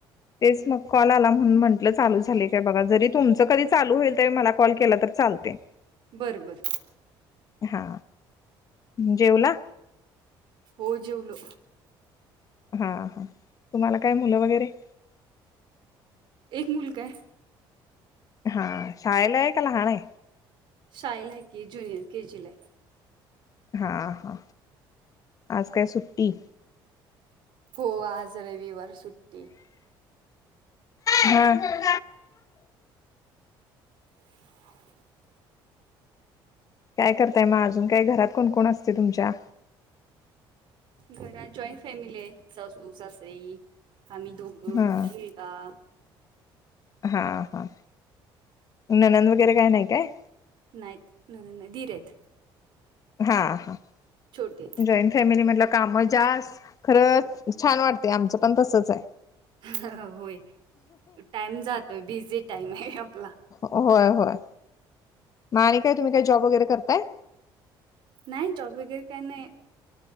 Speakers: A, on the left; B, on the right.
A: तेच म कॉल आला म्हणून म्हंटलं चालू झालय काय बघा जरी तुमच कधी चालू होईल त्यावेळी मला कॉल केला तर चालते.
B: बरं बर
A: हा जेवला
B: हो जेवलो.
A: हा हा तुम्हाला काय मुलं वगैरे
B: एक मुलगा आहे.
A: हा शाळेला आहे की लहान आहे.
B: शाळेला आहे की जुनियर के जी ला हाय.
A: हां हा आज काय सुट्टी
B: हो आज रविवार सुट्टी
A: हा
B: <unintelligible>
A: काय करताय मग? अजून काय? घरात कोण कोण असते तुमच्या?
B: घरात जॉईंन फॅमिली आहे. सासू सासरे, आम्ही दोघ
A: हा
B: <unintelligible>
A: हा हा ननंद वगैरे काय नाही काय?
B: नाहीत ननंद नाहीत दिर आहेत.
A: हा हा.
B: छोटे
A: जॉईंन फॅमिली म्हटल्यावर काम जास्त खरंच छान वाटते. आमचं पण तसच आहे.
B: होय टाइम जातोय. बिझी टाइम आहे आपला.
A: होय होय. मग आणि काय तुम्ही काय जॉब वगैरे करताय?
B: नाही. जॉब वगैरे काय नाही.